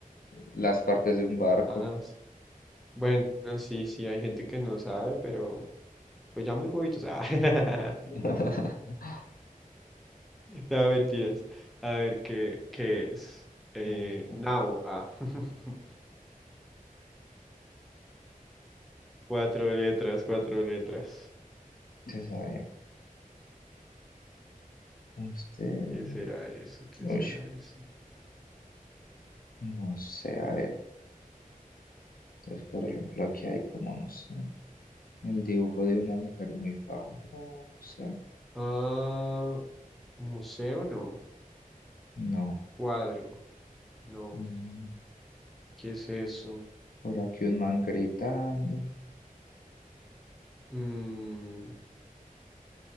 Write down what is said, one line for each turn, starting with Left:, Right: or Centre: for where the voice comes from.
Left: las partes de un barco.
Centre: Ah, s- bueno, sí, sí, hay gente que no sabe, pero pues ya muy bobitos. Ah, <laughs>
Left: <laughs>
Centre: no, mentiras. A ver, ¿qué, qué es? Eh,
Left: Entonces,
Centre: now. Ah, <laughs> cuatro letras, cuatro letras.
Left: a ver, usted,
Centre: ¿Qué será eso? ¿Qué
Left: uy,
Centre: será eso?
Left: no sé, a ver, entonces, por ejemplo, aquí hay como, no sé, el dibujo de una mujer muy famosa,
Centre: Ah, museo no.
Left: no,
Centre: Cuadro. No.
Left: no.
Centre: ¿Qué es eso?
Left: Por aquí un man gritando,
Centre: Mm,